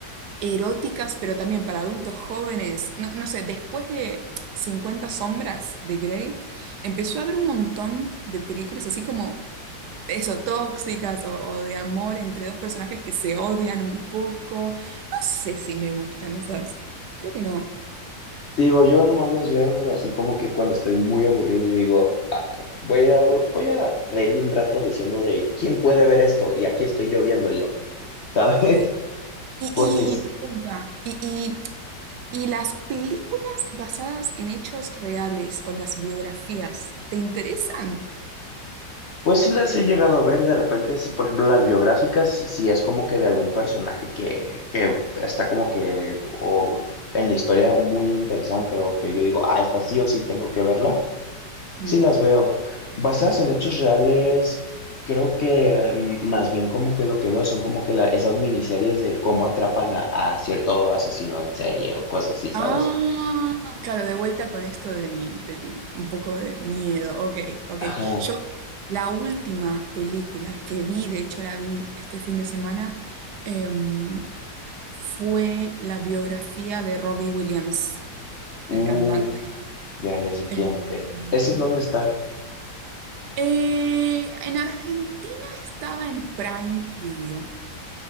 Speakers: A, on the right (about 70°); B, on the left (about 50°).
A: eróticas, pero también para adultos jóvenes. No, no sé, después de cincuenta sombras de Grey, empezó a haber un montón de películas así como eso, tóxicas o, o de amor entre dos personajes que se odian un poco. No sé si me gustan esas. Creo que no.
B: Digo, yo nomás los veo así como que cuando estoy muy aburrido y digo, "Ay, voy a, voy a reírme un rato diciendo de quién puede ver esto y aquí estoy yo viéndolo, ¿sabes?
A: Sí.
B: <laughs>
A: Y,
B: Porque, es-
A: y pregunta, y, y, y las películas basadas en hechos reales o las biografías, ¿te interesan?
B: pues sí las he llegado a ver de repente, si, por ejemplo, las biográficas, si es como que de algún personaje que, que está como que, o en la historia muy interesante o que yo digo, ah, esta sí o sí tengo que verla.
A: Mm.
B: Sí, las veo. Basadas en hechos reales, creo que mm, más bien como que lo que veo son como que la- esas miniseries de cómo atrapan a, a cierto asesino en serie o cosas así, ¿sabes?
A: Ah, claro, de vuelta con esto del, del un poco de miedo. Ok, ok.
B: Ajá.
A: Yo, la última película que vi, de hecho la vi este fin de semana, em, fue la biografía de Robbie Williams,
B: Uh,
A: el cantante.
B: ya, ya sé
A: Em,
B: quién. Eh, ¿Ese en dónde está?
A: eh, en Argentina estaba en Prime Video.